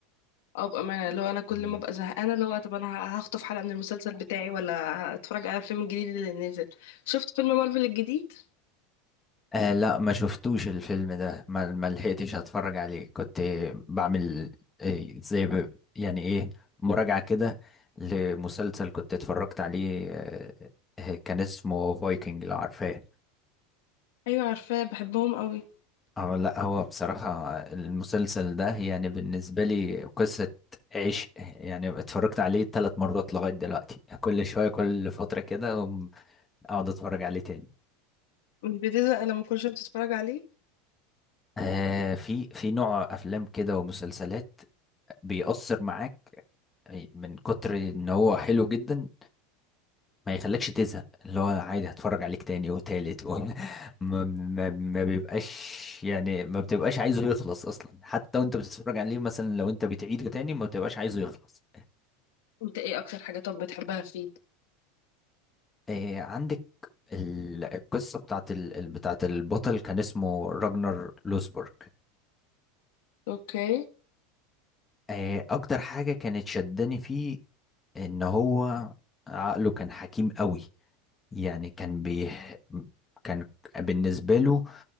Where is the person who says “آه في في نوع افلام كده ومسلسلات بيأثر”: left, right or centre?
Left